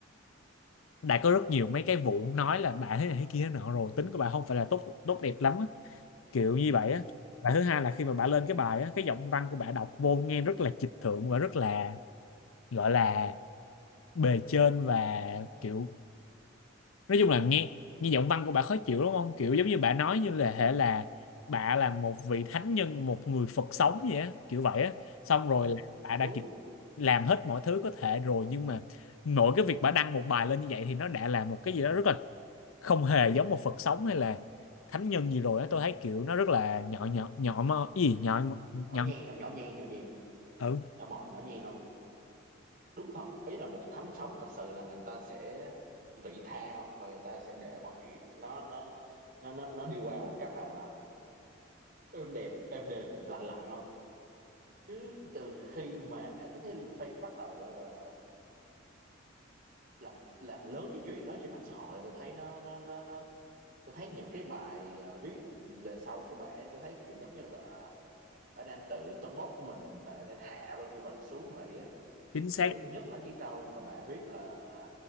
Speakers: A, on the left; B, on the right.
A: đã có rất nhiều mấy cái vụ nói là bà thế này thế kia thế nọ rồi tính của bà không phải là tốt tốt đẹp lắm á kiểu như vậy á
B: Ừ,
A: và thứ hai là khi mà bà lên cái bài á cái giọng văn của bà đọc vô nghe rất là trịch thượng và rất là gọi là bề trên và kiểu nói chung là nghe nghe giọng văn của bà khó chịu đúng không kiểu giống như bà nói như là hệ là bà là một vị thánh nhân một người Phật sống vậy á kiểu vậy á xong rồi
B: ừ
A: là bà đã
B: đúng.
A: kiểu làm hết mọi thứ có thể rồi nhưng mà nội cái việc bà đăng một bài lên như vậy thì nó đã là một cái gì đó rất là không hề giống một Phật sống hay là thánh nhân gì rồi á tôi thấy kiểu nó rất là nhỏ nhỏ nhỏ mơ cái gì nhỏ nhỏ, nhỏ.
B: Nhỏ nhen không? Nhỏ nhen, nhỏ nhen.
A: ừ
B: Nhỏ mọn, nhỏ nhen không? đúng thật ý là một thánh sống thật sự là người ta sẽ vị tha và người ta sẽ để mọi chuyện nó nó nó nó, nó đi qua một cách là êm đẹp êm đềm lặng lặng không chứ từ khi mà tôi thấy Liam Payne bắt đầu gọi là làm làm lớn cái chuyện đó trên mạng xã hội là tôi thấy nó nó nó nó tôi thấy những cái bài à, viết về sau của bả tôi thấy kiểu giống như là bả đang tự tâng bốc mình và đang hạ Ray Evans xuống vậy á
A: chính xác
B: kiểu nhất là cái câu mà bả viết là